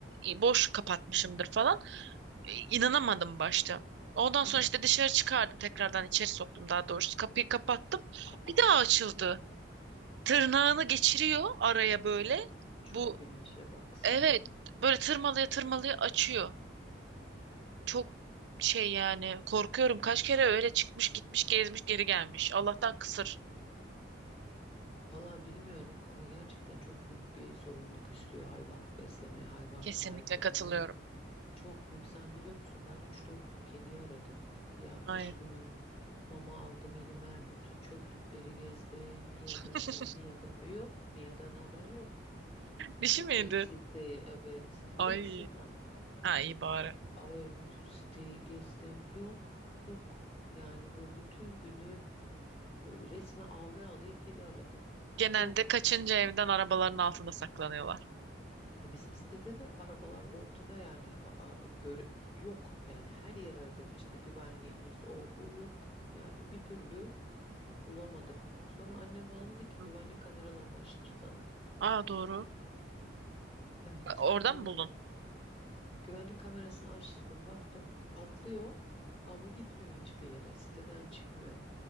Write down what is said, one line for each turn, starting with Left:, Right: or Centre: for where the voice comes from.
Right: e, boş kapatmışımdır falan inanamadım başta. Ondan
Left: <laughs>
Right: sonra işte dışarı çıkardım tekrardan içeri soktum daha doğrusu kapıyı kapattım.
Left: Ah, aa,
Right: Bir daha açıldı. Tırnağını geçiriyor araya böyle.
Left: çok
Right: Bu
Left: bilmişe baksan.
Right: evet böyle tırmalaya tırmalaya açıyor. Çok
Left: Ah.
Right: şey yani korkuyorum kaç kere öyle çıkmış gitmiş gezmiş geri gelmiş. Allah'tan kısır.
Left: Vallahi bilmiyorum ama gerçekten çok büyük bir sorumluluk istiyor hayvan beslemeye, hayvanı
Right: Kesinlikle
Left: sahiplenmek.
Right: katılıyorum.
Left: Çok büyük. Sen biliyor musun ben üç dört gün kediyi aradım. Ya kış
Right: Ay.
Left: günü mama aldım elime. Bütün çöplükleri gezdim. Mia
Right: <laughs>
Left: da Mia, Mia da Mia. Yok. Mia'dan haber yok.
Right: Dişi
Left: Bütün
Right: miydi?
Left: siteyi evet. Bir
Right: Ay.
Left: de kısırdı ama.
Right: Ha iyi bari.
Left: Ay bütün siteyi gezdim. Yok yok. Yani böyle bütün günü böyle resme ağlaya ağlaya kedi aradım.
Right: Genelde
Left: Yok
Right: kaçınca evden arabaların altında saklanıyorlar.
Left: Ya bizim sitede de arabalar ortada yani A- a- göre yok yani her yer aradık işte güvenliğimiz o bu yok yani bir türlü bulamadım. Sonra annem bana dedi ki
Right: Hı.
Left: güvenlik kameralarını açtırsana.
Right: Aa doğru.
Left: Evet
Right: Oradan
Left: öyle
Right: mı buldun?
Left: güvenlik kamerasını açtırdım baktım atlıyor ama gitmiyor hiçbir yere siteden çıkmıyor.